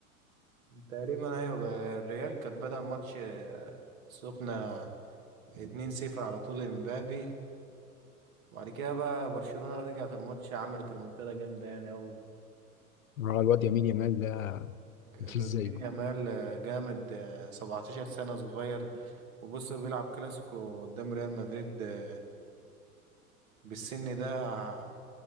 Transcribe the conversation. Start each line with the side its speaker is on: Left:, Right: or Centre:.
Right: تقريبا ايوه بقى الريال كانت بدأ الماتش آه، سخنة 2-0 على طول لمبابي وبعد كده بقى برشلونة رجعت الماتش عملت ريمونتادا جامدة يعني أوي
Left: اه الواد يمين يامال ده مفيش
Right: لامين
Left: زيه
Right: يامال آه، جامد آه، 17 سنة صغير وبص بيلعب كلاسيكو قدام ريال مدريد آه، بالسن ده ع-